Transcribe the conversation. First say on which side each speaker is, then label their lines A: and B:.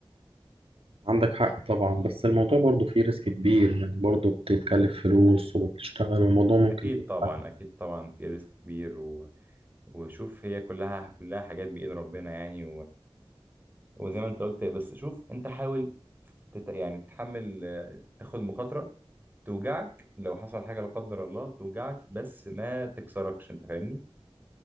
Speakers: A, on the right; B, on the right.
A: عندك حق طبعا بس الموضوع برضه فيه ريسك كبير يعني برضه بتتكلف فلوس وبتشتغل والموضوع ممكن
B: اكيد
A: يبقى
B: طبعا اكيد طبعا في ريسك كبير و... وشوف هي كلها كلها حاجات بايد ربنا يعني وزي ما انت قلت بس شوف انت حاول تت... يعني تتحمل آه، تاخد مخاطرة توجعك لو حصل حاجة لا قدر الله توجعك بس ما تكسركش انت فاهمني